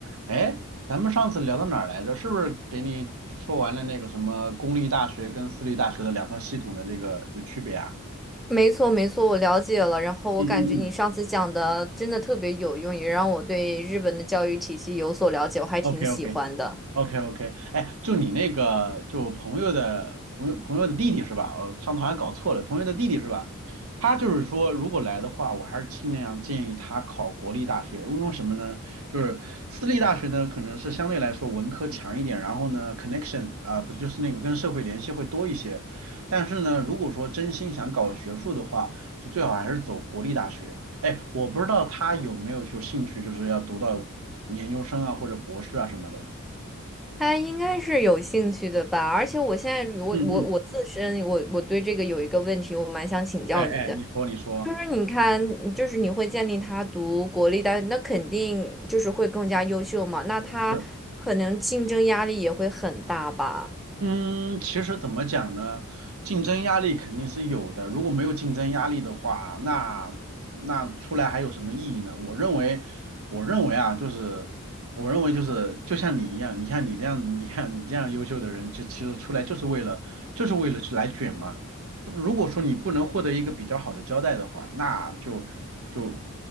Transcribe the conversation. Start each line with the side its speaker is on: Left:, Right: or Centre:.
Right: 哎，咱们上次聊到哪儿来着？是不是给你说完了那个什么公立大学跟私立大学的两套系统的这个就区别啊？
Centre: 没错，没错，我了解了。然后我感觉你上次讲的真的特别有用，
Right: 嗯嗯嗯
Centre: 也让我对日本的教育体系有所了解，我还挺喜欢的。
Right: ，OK OK。OK OK，哎，就你那个，就朋友的朋友朋友的弟弟是吧？我上头还搞错了，朋友的弟弟是吧？他就是说，如果来的话，我还是尽量建议他考国立大学，因为什么呢？就是私立大学呢，可能是相对来说文科强一点，然后呢，connection 啊、不就是那个跟社会联系会多一些。但是呢，如果说真心想搞学术的话，就最好还是走国立大学。哎，我不知道他有没有就兴趣，就是要读到研究生啊或者博士啊什么的。
Centre: 他应该是有兴趣的吧？而且我现在我我我自身我我对这个有一个问题，
Right: 嗯嗯，
Centre: 我蛮想请教您的，
Right: 哎哎，你说你说，
Centre: 就是你看，就是你会建议他读国立大学，那肯定就是会更加优秀嘛，那他可能竞争压力也会很大吧？
Right: 是，嗯，其实怎么讲呢？竞争压力肯定是有的，如果没有竞争压力的话，那那出来还有什么意义呢？我认为，我认为啊，就是我认为就是就像你一样，你看你这样，你看你这样优秀的人，就其实出来就是为了就是为了去来卷嘛。如果说你不能获得一个比较好的交代的话，那就就